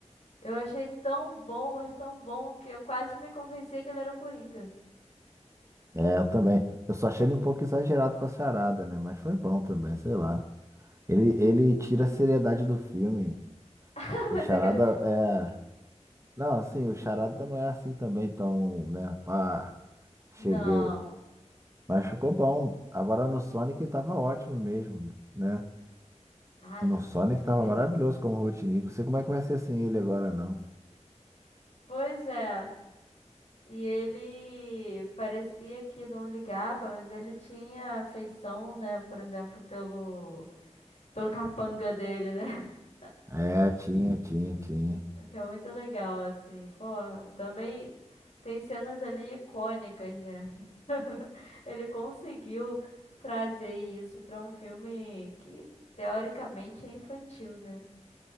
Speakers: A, on the left (about 65°); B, on the right (about 25°).
A: eu achei tão bom, mas tão bom, que eu quase me convencia que ele era o Coringa.
B: É, eu também. Eu só achei ele um pouco exagerado pra charada, né? Mas foi bom também, sei lá. Ele, ele tira a seriedade do filme.
A: <laughs>
B: O
A: Mas
B: charada
A: aquele. fi-
B: é. Não, assim, o charada não é assim também tão, né? Pá, cheguei.
A: Não.
B: Mas ficou bom. Agora no Sonic ele tava ótimo mesmo, né?
A: Ah,
B: No
A: ele tava
B: Sonic
A: perfeito.
B: tava maravilhoso como Robotnik. Não sei como é que vai ser sem ele agora, não.
A: Pois é. E ele parecia que não ligava, mas ele tinha afeição, né? Por exemplo, pelo. pelo capanga dele, né? <laughs>
B: É, tinha, tinha, tinha.
A: O que é muito legal, assim. Pô, também tem cenas ali icônicas, né? <laughs> Ele conseguiu trazer isso pra um filme que teoricamente é infantil, né?